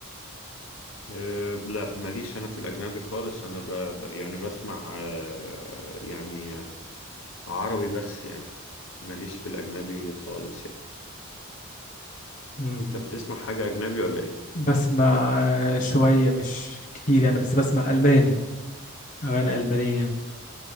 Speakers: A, on the left (about 70°); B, on the left (about 35°).
A: أه لا ماليش انا في الاجنبي خالص انا ب... ب- يعني بسمع أه يعني عربي بس يعني ماليش في الاجنبي خالص يعني
B: مم.
A: انت بتسمع حاجة اجنبي ولا ايه؟
B: بسمع آه، شوية مش كتير يعني بس بسمع الماني اغاني المانية